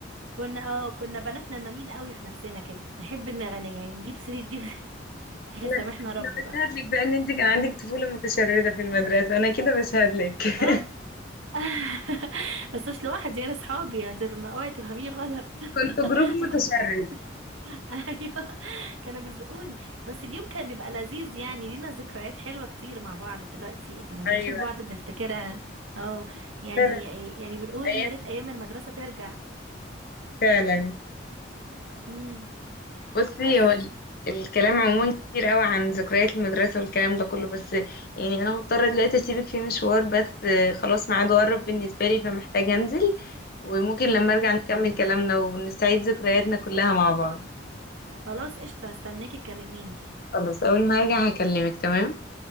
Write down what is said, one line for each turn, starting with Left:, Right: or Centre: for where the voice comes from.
Right: كنا اه كنا بنات نمامين قوي في نفسنا كده نحب نغني يعني نجيب سيرة دي
Left: أنا
Right: <laughs> سامحنا رب
Left: أنا بشهد
Right: بقى
Left: لك بقى إن أنت كان عندك طفولة متشردة في المدرسة أنا كده بشهد لك <laughs>
Right: اه <laughs> بس مش لوحدي انا اصحابي يعني تف- ما- اوعي تفهميني غلط <laughs>
Left: كنت جروب متشرد
Right: هما كانوا بي... <laughs> ايوه كانوا بيزقوني بس اليوم كان بيبقى لذيذ يعني لينا ذكريات حلوة كتير مع بعض دلوقتي لما بنشوف
Left: أيوه
Right: بعض بنفتكرها اه يعني
Left: فعلا
Right: يعني بنقول
Left: أيام
Right: يا ريت ايام المدرسة ترجع
Left: فعلا
Right: امم
Left: بصي
Right: بس
Left: هو ال- الكلام عموما كتير قوي عن ذكريات المدرسة والكلام ده كله بس يعني أنا مضطرة دلوقتي أسيبك في مشوار بس آه، خلاص ميعاده قرب بالنسبة لي فمحتاجة أنزل وممكن
Right: اوكي
Left: لما أرجع نكمل كلامنا ونستعيد ذكرياتنا كلها مع بعض
Right: خلاص قشطة استناكي تكلميني
Left: خلاص أول ما أرجع هكلمك تمام؟